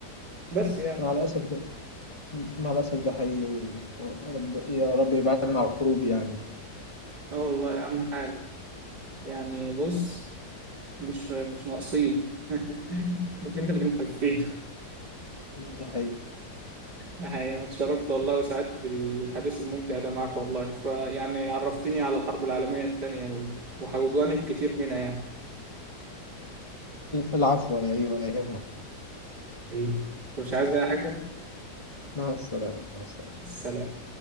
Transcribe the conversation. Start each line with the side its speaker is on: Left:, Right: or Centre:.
Right: بس يعني
Left: مع الاسف ده مع الاسف ده حقيقي و- ورب يا رب يبعدنا عن الحروب يعني
Right: اه والله أهم حاجة يعني بص مش مش ناقصين <laughs> فين اللي مكفينا
Left: ده حقيقي
Right: يعني اتشرفت والله وسعدت بال- بالحديث الممتع ده معاك والله فيعني عرفتني على الحرب العالمية التانية و... وجانب كتير منها يعني
Left: العفو ولا ايه ولا يهمك
Right: حبيبي مش عايز أي حاجة
Left: مع السلامه مع السلامه
Right: سلام